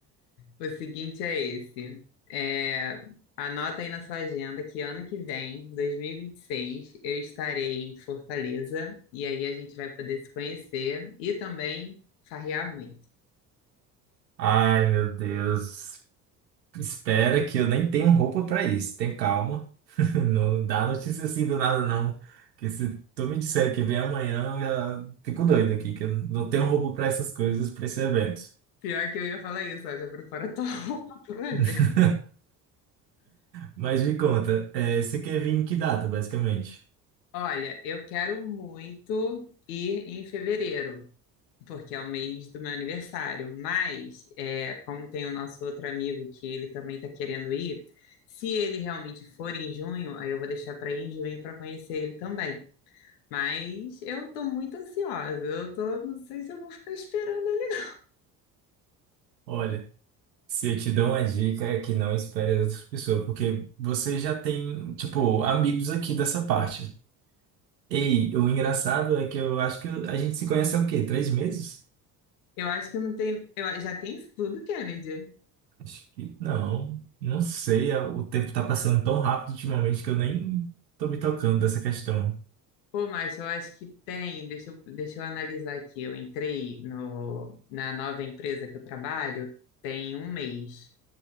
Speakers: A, on the left (about 75°); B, on the right (about 85°).
A: O seguinte é esse: é, anota aí na sua agenda que ano que vem, dois mil e e vinte e seis, eu estarei em Fortaleza e aí a gente vai poder se conhecer e também farrear muito.
B: Ai, meu Deus. Espera que eu nem tenho roupa pra isso. Tem calma. <laughs> Não dá notícia assim do nada, não. Que se tu me disser que vem amanhã, eu já fico doido aqui, que eu não tenho roupa pra essas coisas, pra esse evento.
A: Pior que eu ia falar isso, ó, já prepara tua roupa <laughs> pro evento.
B: <laughs> Mas me conta, eh, você quer vir em que data, basicamente?
A: Olha, eu quero muito ir em fevereiro, porque é o mês do meu aniversário. Mas, é, como tem o nosso outro amigo que ele também está querendo ir, se ele realmente for em junho, aí eu vou deixar para ir em junho para conhecer ele também. Mas eu estou muito ansiosa. Eu tô, não sei se eu vou ficar esperando ele.
B: Olha, se eu te dou uma dica é que não espere as outras pessoas, porque você já tem, tipo, amigos aqui dessa parte. Ei, o engraçado é que eu acho que a gente se conhece há o quê? Três meses?
A: Eu acho que não tem. Eu, já tem isso tudo, Kennedy.
B: Acho que não, não sei. é, O tempo tá passando tão rápido ultimamente que eu nem tô me tocando dessa questão.
A: Pô, mas eu acho que tem. Deixa eu, deixa eu analisar aqui. Eu entrei no, na nova empresa que eu trabalho tem um mês.